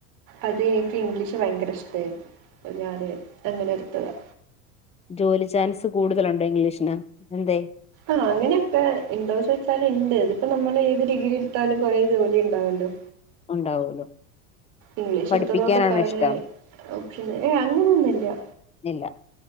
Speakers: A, on the right; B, on the left.
A: അത് എനിക്ക് ഇംഗ്ലീഷ് ഭയങ്കര ഇഷ്ടായിരുന്നു അ ഞാന് അങ്ങനെ എടുത്തതാ
B: ജോലി ചാൻസ് കൂടുതലുണ്ടോ ഇംഗ്ലീഷിന് എന്തേ
A: ആഹ അങ്ങനെയൊക്കെ എന്തോ ചോദിച്ചാൽ ഇണ്ട് ഇതിപ്പോ നമ്മള് ഏത് ഡിഗ്രി എടുത്താലും കുറെേ ജോലി ഉണ്ടാവല്ലോ
B: ഉണ്ടാവൂലോ
A: ഇംഗ്ലീഷ്
B: പഠിപ്പിക്കാനാണോ
A: എടുത്തത് കൊണ്ട് കുറെ
B: ഇഷ്ടം
A: ഓപ്ഷൻ ഏ അങ്ങനെ ഒന്നുമല്ല
B: ഇല്ല